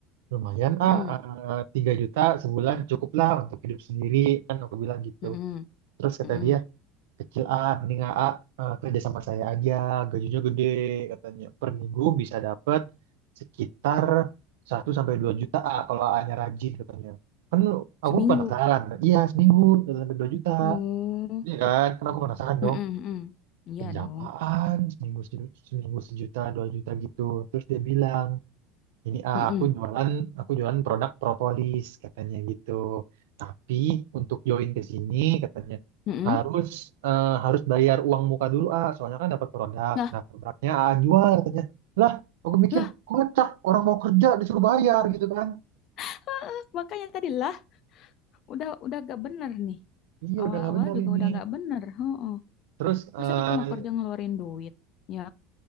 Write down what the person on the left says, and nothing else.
hmm,
hmm,
hmm.
Seminggu.
Hmm,
hmm,
hmm. Iya
dong.
Hmm,
hmm. hmm.
Lah,
lah.
<laughs> Ah, Makanya tadi lah, udah udah gak bener nih.
Awal-awal
juga
udah gak bener. Heeh.
Masa kita mau kerja ngeluarin duit, ya?